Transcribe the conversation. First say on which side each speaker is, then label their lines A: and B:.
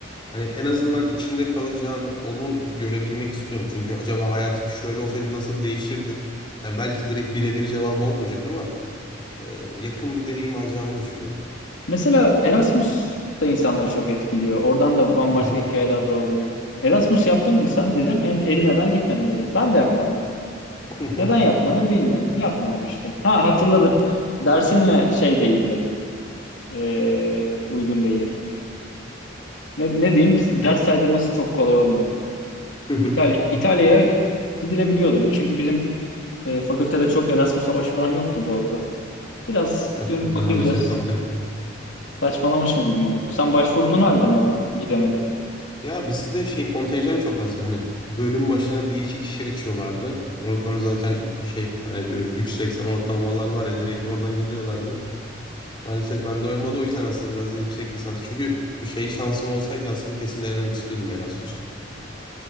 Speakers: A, on the left; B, on the left.
A: Hani en azından içimde kalacağını onu görebilmek istiyorum. Çünkü acaba hayatım şöyle olsaydı nasıl değişirdi? Yani belki direkt birebir cevabı olmayacak ama e, yakın bir deneyim alacağımı düşünüyorum.
B: Mesela Erasmus da insanları çok etkiliyor. Oradan da bambaşka
A: Hı hı.
B: hikayeler doğabiliyor. Erasmus yaptın mı sen? Dedim "Ed- Edirne'den gitmedim dedim. Ben de yapmadım.
A: <laughs> Hı hı.
B: Neden yapmadım bilmiyorum. Yapmadım işte. Ha hatırladım. Dersimle şey değildi. Ee, uygun değildi. Ne, ne diyeyim? Ders saydırması çok kolay olmuyordu.
A: Hı hı.
B: İtalya, İtalya'ya gidilebiliyordu. Çünkü bizim e, fakültede çok Erasmus'a başvuran yoktu bu arada. Biraz
A: Ya,
B: dönüp
A: bizde
B: bakınca
A: maalesef tam tersi.
B: Saçmalamışım gibi mi oldu? Sen başvurduğun halde mi ol- gidemedin?
A: Ya bizde şey kontenjan çok azdı. Hani bölüm başına bir iki kişi açıyorlardı. Oradan zaten ü- şey hani böyle 3.80 ortalamalar var ya direkt oradan gidiyorlardı. Maalesef ben de olmadı o yüzden aslında biraz da yüksek lisans. Çünkü şey şansım olsaydı aslında kesin denemek istiyordum Erasmus'u.